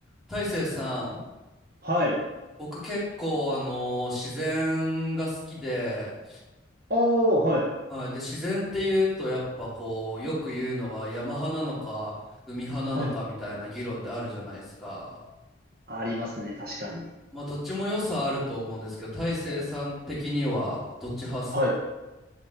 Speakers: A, in the centre; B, on the right.
A: 大成さん、
B: はい。
A: 僕結構あの自然が好きで、
B: ああ、はい。
A: はい、で自然っていうとやっぱこうよく言うのが山派なのか海派なのかみたいな議論ってあるじゃないですか。
B: はい。ありますね、確かに。
A: まあどっちも良さあると思うんですけど、大成さん的にはどっち派っすか
B: はい。